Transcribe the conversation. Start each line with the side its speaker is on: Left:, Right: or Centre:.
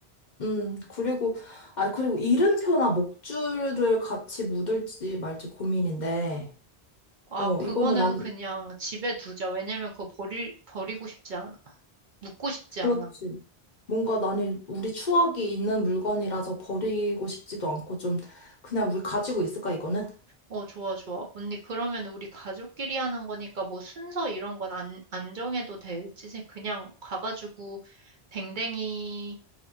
Left: 음, 그리고, 아, 그리고 이름표나 목줄을 같이 묻을지 말지 고민인데,
Right: 아,
Left: 어,
Right: 그거는
Left: 이거는 난,
Right: 그냥 집에 두자. 왜냐면 그거 버릴, 버리고 싶지 않아. 묻고 싶지
Left: 그렇지.
Right: 않아.
Left: 뭔가 나는 우리 추억이 있는 물건이라서 버리고 싶지도 않고 좀, 그냥 우리 가지고 있을까, 이거는?
Right: 어, 좋아, 좋아. 언니, 그러면 우리 가족끼리 하는 거니까 뭐 순서 이런 건 안, 안 정해도 되지. 그냥 가가지고 댕댕이